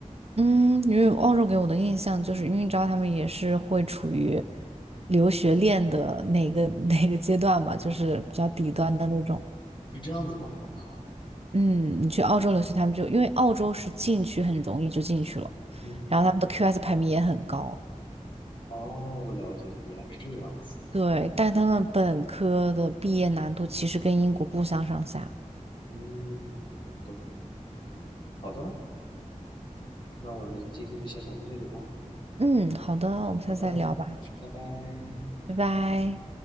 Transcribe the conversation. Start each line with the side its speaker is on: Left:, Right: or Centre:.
Right: 嗯，因为澳洲给我的印象就是，因为你知道他们也是会处于
Left: 嗯，
Right: 留学链的哪个哪个阶段嘛，就是比较底端的那种。
Left: 是这样子吗？我靠，
Right: 嗯，你去澳洲留学，他们就因为澳洲是进去很容易就进去了，
Left: 嗯，
Right: 然后他们的 QS 排名也很高。
Left: 哦，我了解了，原来是这个样子。
Right: 对，但他们本科的毕业难度其实跟英国不相上下。
Left: 嗯，懂了，明白了。好的，那我们今天就先聊到这里吧。
Right: 嗯，好的，我们下次再聊吧，
Left: 好的，拜拜。
Right: 拜拜。